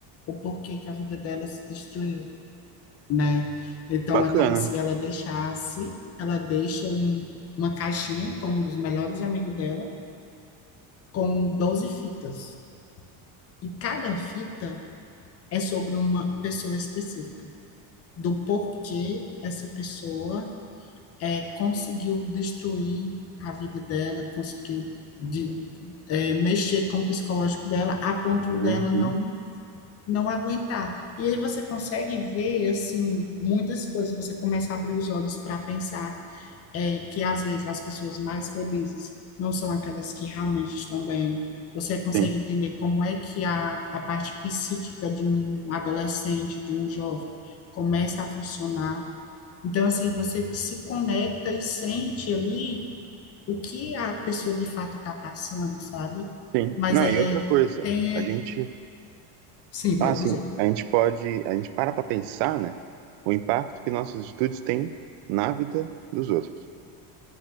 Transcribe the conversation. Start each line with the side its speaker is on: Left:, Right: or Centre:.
Left: o porquê que a vida dela se destruiu, né? Então
Right: Bacana.
Left: é como se ela deixasse, ela deixa um, uma caixinha com um dos melhores amigos dela, com 12 fitas. E cada fita é sobre uma pessoa específica, do porquê essa pessoa é, conseguiu destruir a vida dela, conseguiu de, é, mexer com o psicológico dela a ponto
Right: Uhum.
Left: dela não não aguentar. E aí você consegue ver, assim, muitas coisas. Você começa a abrir os olhos para pensar é, que, às vezes, as pessoas mais felizes não são aquelas que realmente estão bem. Você consegue
Right: Sim,
Left: entender como é que a, a parte psíquica de um adolescente, de um jovem, começa a funcionar. Então, assim, você se conecta e sente ali o que a pessoa de fato está passando, sabe?
Right: sim.
Left: Mas
Right: Não,
Left: é,
Right: e outra coisa,
Left: tem,
Right: a
Left: é,
Right: gente,
Left: sim, pode
Right: ah, sim,
Left: dizer,
Right: a gente pode, a gente para para pensar, né, o impacto que nossas atitudes têm na vida dos outros,